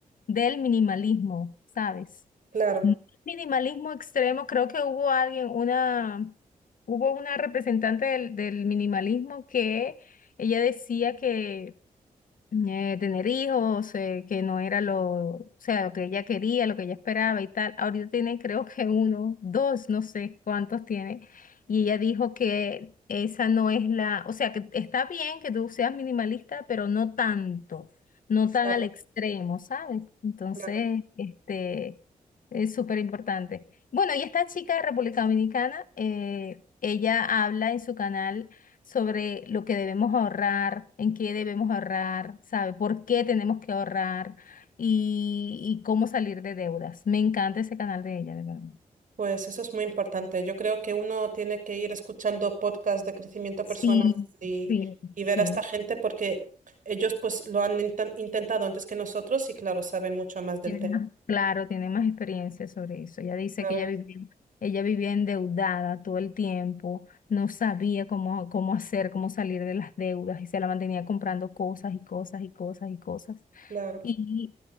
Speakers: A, on the left; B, on the right.
A: del minimalismo, ¿sabes?
B: Claro,
A: No, Minimalismo extremo, creo que hubo alguien, una, hubo una representante del, del minimalismo que ella decía que eh, tener hijos, eh, que no era lo, o sea, lo que ella quería, lo que ella esperaba y tal. Ahorita tiene creo que uno, dos, no sé cuántos tiene. Y ella dijo que esa no es la, o sea, que está bien que tú seas minimalista, pero no tanto, no tan
B: claro,
A: al extremo, ¿sabes? Entonces,
B: claro.
A: este, es súper importante. Bueno, y esta chica de República Dominicana, eh, ella habla en su canal sobre lo que debemos ahorrar, en qué debemos ahorrar, ¿sabe? ¿Por qué tenemos que ahorrar y, y cómo salir de deudas? Me encanta ese canal de ella, de verdad.
B: Pues eso es muy importante. Yo creo que uno tiene que ir escuchando podcasts de crecimiento personal
A: Sí,
B: y,
A: sí,
B: y
A: sí.
B: ver a esta gente porque ellos pues lo han inten- intentado antes que nosotros y claro, saben mucho más del
A: Tiene más, claro, tiene más experiencia sobre eso. Ella dice
B: tema.
A: que ella vivía, ella vivía endeudada todo el tiempo, no sabía cómo, cómo hacer, cómo salir de las deudas y se la mantenía comprando cosas y cosas y cosas y cosas.
B: Claro,
A: Y